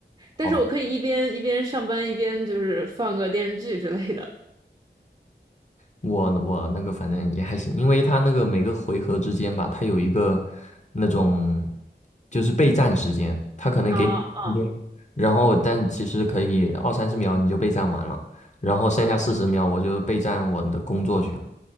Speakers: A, on the right (about 25°); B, on the left (about 40°).
A: 但是我可以一边一边上班一边就是放个电视剧之类的。
B: 好吧。我我那个反正也还行，因为他那个每个回合之间吧，他有一个那种就是备战时间，他可能给你空间，
A: 啊啊，
B: 然后但其实可以二三十秒你就备战完了，然后剩下四十秒我就备战我的工作去了。